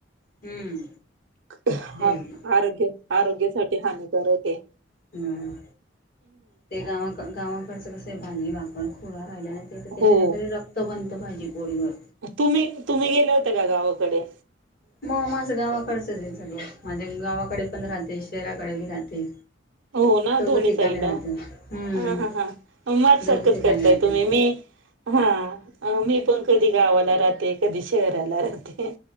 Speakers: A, on the left; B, on the right.
A: हम्म
B: हा
A: तेच ना
B: आरोग्य आरोग्यासाठी हानिकर जरा ते.
A: हम्म ते गावा गावाकडच कस भाजी भाकर खुडा खहिल्यानी त्याच्यानी
B: हो.
A: रक्त बनत भाजी. पोळीवर
B: तुम्ही तुम्ही गेले होते का गावाकडे?
A: मग माझं गावाकडचंच आहे सगळं माझ्या गावाकडे पण राहते शहराकडे बी राहते.
B: हो ना
A: दोघं
B: दोननी
A: ठिकाणी
B: साईडला.
A: राहते हम्म
B: हा हा हा मझ
A: दोघी
B: सारखंच
A: ठिकाणी
B: करताय
A: राहते
B: तुम्ही मी. हा मी पण कधी गावाला राहते कधी शहराला राहते.